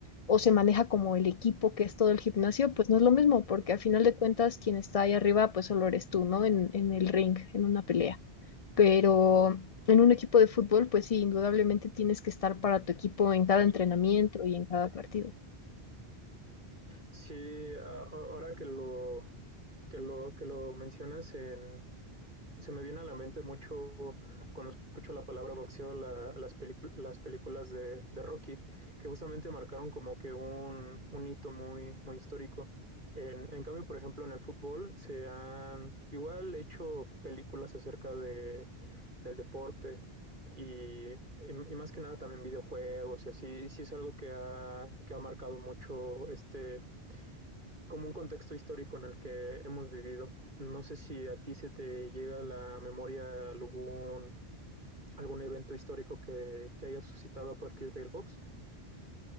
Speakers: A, on the left; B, on the right.
A: o se maneja como el equipo que es todo el gimnasio, pues no es lo mismo, porque a final de cuentas quien está ahí arriba pues solo eres tú, ¿no? En, en el ring, en una pelea pero en un equipo de fútbol, pues sí, indudablemente tienes que estar para tu equipo en cada entrenamiento y en cada partido.
B: Sí, a- ahora que lo, que lo, que lo mencionas en, se me viene a la mente mucho cuando escucho la palabra boxeo, la- las, pelicu- las películas de, de Rocky, que justamente marcaron como que un, un hito muy, muy histórico. En, en cambio, por ejemplo, en el fútbol se han igual hecho películas acerca de, del deporte y, y- y más que nada también videojuegos y así, sí es algo que ha, que ha marcado mucho este, como un contexto histórico en el que hemos vivido. No sé si a ti se te llega a la memoria algún, algún evento histórico que, que haya suscitado a partir del box.